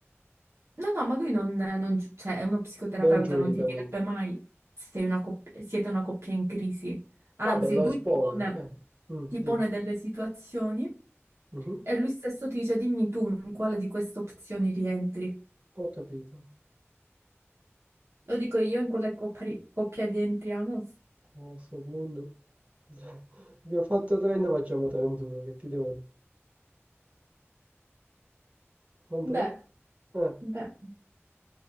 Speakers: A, on the right; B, on the right.
A: no, no, ma lui non, non gi- cioè, è uno psicoterapeuta,
B: Non giudica,
A: non ti direbbe
B: quindi.
A: mai sei una coppia- siete una coppia in crisi. Anzi,
B: Vabbè, lo
A: lui
B: espone.
A: ti pone,
B: Eh. Mm,
A: ti
B: dimmi.
A: pone delle situazioni
B: Mhm.
A: e lui stesso ti dice, dimmi tu in quale di queste opzioni rientri.
B: Ho capito.
A: Lo dico io, in quale coppia, ri- coppia rientriamo?
B: A questo punto... <laughs> Abbiamo fatto 30, facciamo 31, che ti devo dire. Controllo.
A: Beh,
B: Eh,
A: beh,